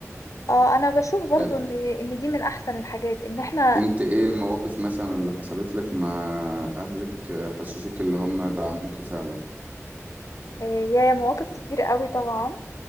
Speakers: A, on the left; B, on the right.
A: اه انا بشوف برضو
B: ده
A: ان ان دي من احسن الحاجات ان احنا
B: انت ايه المواقف مثلا اللي حصلت لك مع اهلك آه، حسسوك اللي هم دعموكي فعلا
A: آه، يا مواقف كتير قوي طبعا